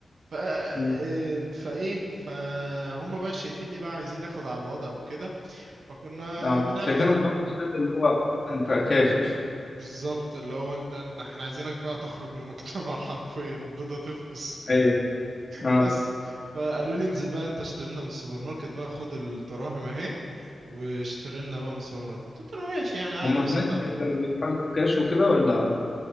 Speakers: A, on the right (about 85°); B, on the left (about 35°).
A: ف ام،
B: مم.
A: فايه فهم بقى شايفيني بقى عايزين ناخد على الوضع وكده فكنا
B: اه
A: بنعمل
B: شايفينك
A: أكت...
B: برضه ستيل اللي هو
A: مم.
B: انت كاشف
A: بالظبط اللي هو انت انت- احنا عايزينك بقى تخرج للمجتمع <laughs> حرفيا البيضة تفقس
B: ايوه اه
A: بس فقالوا لي انزل بقى انت اشتري لنا من السوبر ماركت بقى خد الدراهم اهي واشتري لنا بقى من السوبر ماركت قلت له ماشي يعني عادي
B: هم هناك
A: بسيطة
B: كانوا بيتحاسبوا كاش وكده ولا